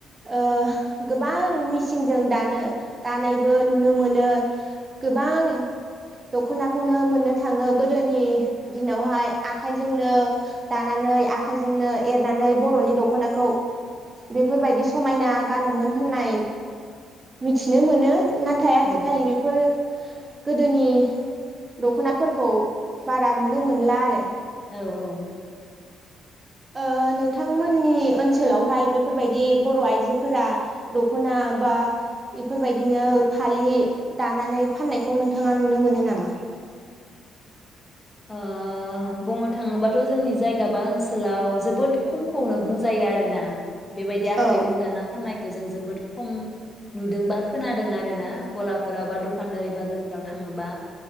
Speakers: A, on the right; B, on the left.
A: ओ गोबां मिसिनजों दानो दानायबो नुनो मोनो गोबां दखनाखौनो मोननो थाङो गोदोनि दिनावहाय आखाइजोंनो दानानै आखाइजोंनो एरनानै बरनि दखनाखौ बेफोरबायदि समायना गानोमोन होननाय मिथिनो मोनो नाथाय आजिखालि
B: औ
A: बेफोर गोदोनि दखनाफोरखौ बारा नुनो मोनला आरो
B: औ औ
A: ओ नोंथांमोननि ओनसोलावहाय बेफोरबायदि बर' आइजोफोरा दखना बा इफोरबायदिनो फालि दानानै फाननायखौ नोंथाङा नुनो मोनो नामा
B: ओ बुंनो थाङोबाथ जोंनि जायगा बा ओनसोलाव जोबोद खमखौनो बुंजायो आरो ना बेबायदि आखाइजों
A: औ
B: दाना फाननाय जों जोबोद खम नुदोंबा खोनादों आरोना गलाफोराव बा दखानदारि बाजारफोराव थाङोबा